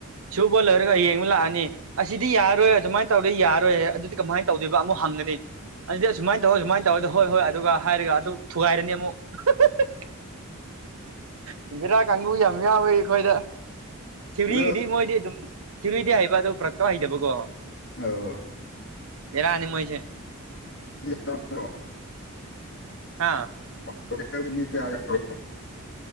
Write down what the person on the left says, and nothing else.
ꯑꯗꯨ
ꯑꯣ
ꯅꯠꯇ꯭ꯔꯣ
<unintelligible> ꯃꯤ ꯀꯌꯥ ꯌꯥꯎꯒꯦ